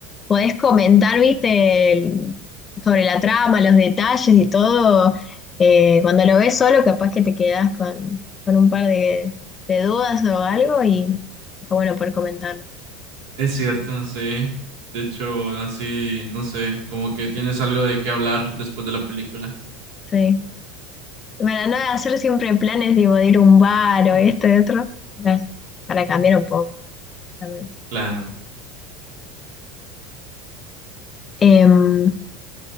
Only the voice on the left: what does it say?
podés comentar, viste, el- sobre la trama, los detalles y todo. Eh, cuando lo ves solo, capaz que te quedás con, con un par de, de dudas o algo y está bueno poder comentarlo.
Sí. Para no hacer siempre planes tipo, de ir a un bar o esto y otro, para, para cambiar un poco también.
Em,